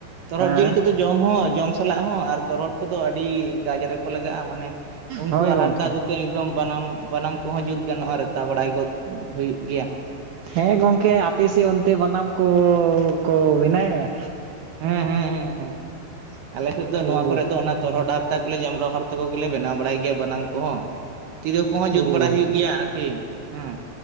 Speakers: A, on the right (about 70°); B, on the right (about 85°).
A: ᱛᱚᱨᱦᱚᱫ
B: ᱦᱮᱸ
A: ᱡᱤᱞ ᱠᱚᱫᱚᱹ ᱡᱚᱢ ᱦᱚᱸ ᱡᱚᱢ ᱥᱟᱞᱟᱜ ᱦᱚᱸ ᱟᱨ ᱛᱚᱨᱚᱦᱚᱫ ᱠᱚᱫᱚ ᱟᱹᱰᱤ ᱠᱟᱡ ᱨᱮᱠᱚ ᱞᱟᱜᱟᱜᱼᱟ ᱢᱟᱱᱮ ᱩᱱᱠᱩᱣᱟᱜ
B: ᱦᱳᱭ ᱜᱚᱝᱠᱮ
A: ᱦᱟᱨᱛᱟ ᱠᱚᱛᱮ ᱮᱠᱫᱚᱢ ᱵᱟᱱᱟᱢ ᱵᱟᱱᱟᱢ ᱠᱚᱦᱚᱸ ᱡᱩᱛ ᱜᱟᱱᱚᱜᱼᱟ ᱨᱮᱛᱟ ᱵᱟᱲᱟᱭ ᱜᱚᱫ ᱦᱩᱭᱩᱜ ᱜᱮᱭᱟ᱾
B: ᱦᱮᱸ ᱜᱚᱝᱠᱮ ᱟᱯᱮᱥᱮᱫ ᱚᱱᱛᱮ ᱵᱟᱱᱟᱢ ᱠᱚᱸ ᱠᱚᱸ ᱵᱮᱱᱟᱣᱮᱜ-ᱟ?
A: ᱦᱮᱸ ᱦᱮᱸ ᱦᱮᱸ, ᱟᱞᱮᱥᱮᱫ ᱫᱚ
B: ᱳ
A: ᱱᱚᱣᱟ ᱠᱚᱨᱮ ᱫᱚ ᱚᱱᱟ ᱛᱚᱨᱦᱚᱫ ᱦᱟᱨᱛᱟ ᱠᱚᱞᱮ ᱡᱟᱢᱲᱳ ᱦᱟᱨᱛᱟ ᱠᱚᱜᱮᱞᱮ ᱵᱮᱱᱟᱣ ᱵᱟᱲᱟᱭ ᱜᱮᱭᱟ ᱵᱟᱱᱟᱢ ᱠᱚᱦᱚᱸ᱾ ᱛᱤᱨᱟᱹ ᱠᱚᱦᱚᱸ ᱡᱩᱛ
B: ᱳ
A: ᱵᱟᱲᱟ ᱦᱩᱭᱩᱜ ᱟᱨᱠᱤ ᱦᱮᱸ